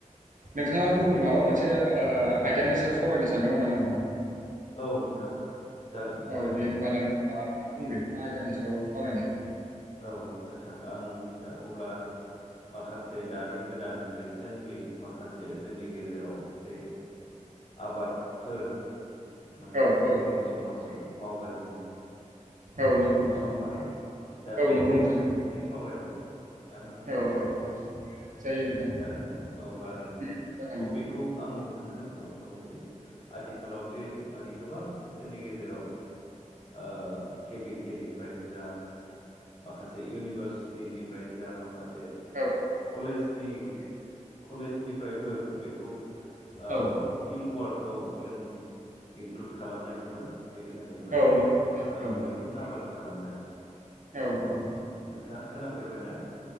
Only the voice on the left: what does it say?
औ नोंथां जागोन सावरायनो
हागोन
औ नोंथां आं दा अब्ला माखासे दानि गोदान रिसेन्टलि माखासे जोंनि गेजेराव जे आबादफोर माने
जोंनि समाजाव मावगासिनो
नङा होमबा दा
बेनि
सायाव
जों एसे सावरायनि नङा होमबा!
जागोन ना? अब्ला जों
टपिकखौ
आं नों थांनि सिगाङाव फोरमायजे आथिखालाव दिे माने गोबां जोंनि गेजेराव ओ केबि केे निफ्रायनो जा माखासे इउनिभारसिटिनिफ्रायनो जा माखासे
कलेज नि कलेजनिफ्रायबो बेखौ ओ
फिल्ड वार्क खौ जों इनक्लुद खालामनाय नुबाय। बेनो जाहैबाय
ओ
मैखुन आबाद खालामनाय।
नोंथाङा खोनाफेरबाय ना?